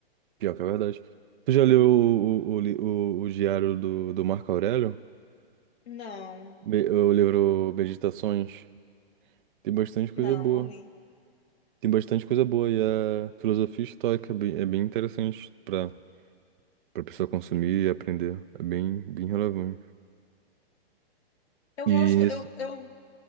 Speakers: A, on the right (about 55°); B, on the left (about 80°).
A: Pior que é verdade. Tu já leu o, o, o, li- o, o diário do, do Marco Aurélio?
B: Não,
A: Me- O livro Meditações tem bastante coisa
B: não,
A: boa.
B: não li.
A: Tem bastante coisa boa e a filosofia estoica é bem, é bem interessante para para pessoa consumir e aprender. É bem, bem relevante.
B: Eu
A: E
B: gosto,
A: nesse...
B: eu, eu,